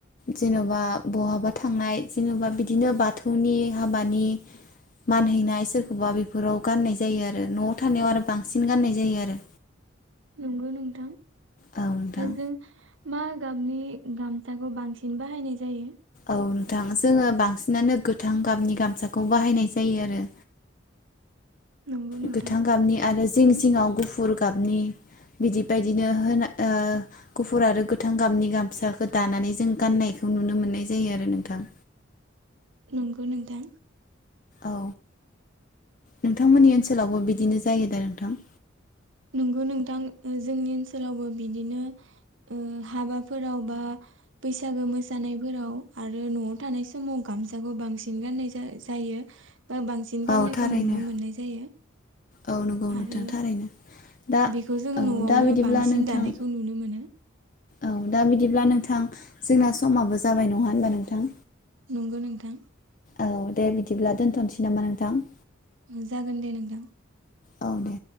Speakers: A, on the left; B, on the right.
A: जेन'बा बहाबा थांनाय जेन'बा बिदिनो बाथौनि हाबानि मान हैनाय सोरखौबा बेफोराव गान्नाय जायो आरो नआव थानायाव आरो बांसिन गान्नाय जायो आरो।
B: नोंगौ नोंथां।
A: औ नोंथां
B: जों मा गाबनि गामसाखौ बांसिन बाहायनाय जायो?
A: औ नोंथां जोङो बांसिनानो गोथां गाबनि गामसाखौ बाहायनाय जायो आरो।
B: नंगौ नोंथां
A: गोथां गाबनि आरो जिं जिङाव गुफुर गाबनि बिदि बायदिनो होना ओ गुफुर आरो गोथां गाबनि गामसाखौ दानानै जों गान्नायखौ नुनो मोन्नाय जायो आरो नोंथां।
B: नंगौ नोंथां।
A: औ नोंथांमोननि ओन्सोलावबो बिदिनो जायो दा नोंथां?
B: नोंगौ नोंथां जोंनि ओन्सोलावबो बिदिनो ओ हाबाफोराव बा बैसागो मोसानायफोराव आरो न'आव थानाय समाव गामसाखौ बांसिन गान्नाय जा-जायो। बा बांसिन गान्नायखौ
A: औ थारैनो
B: नुनो मोन्नाय जायो।
A: औ नंगौ नोंथां
B: आरो
A: थारैनो दा
B: बेखौ जों
A: औ
B: न'आवनो
A: दा बिदिब्ला
B: बांसिन
A: नोंथां
B: दानायखौ नुनो मोनो।
A: औ दा बिदिब्ला नोंथां जोंना समाबो जाबाय नङा होमबा नोंथां?
B: नंगौ नोंथां।
A: औ दे बिदिब्ला दोन्थ'नोसै नामा नोंथां?
B: उम जागोन दे नोंथां।
A: औ दे